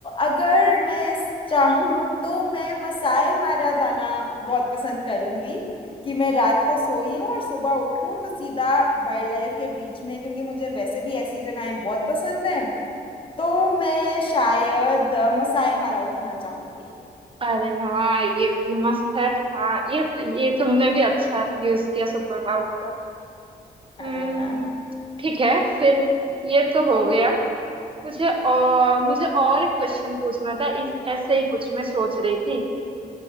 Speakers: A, on the left (about 30°); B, on the right (about 30°).
A: अगर मैं चाहूँ तो मैं मसाई मारा जाना बहुत पसंद करूँगी कि मैं रात को सोई हूँ और सुबह उठूँ तो सीधा वाइल्ड लाइफ के बीच में क्योंकि मुझे वैसे भी ऐसी जगहें बहुत पसंद हैं तो मैं शायद अ, मसाई मारा उठना चाहूँगी
B: अरे हाँ ये भी मस्त है हाँ ये ये तुमने भी अच्छा यूज किया सुपर पावर का
A: हाँ
B: हम्म ठीक है फिर ये तो हो गया मुझे और मुझे और एक क्वेश्चन पूछना था इस ऐसे ही कुछ मैं सोच रही थी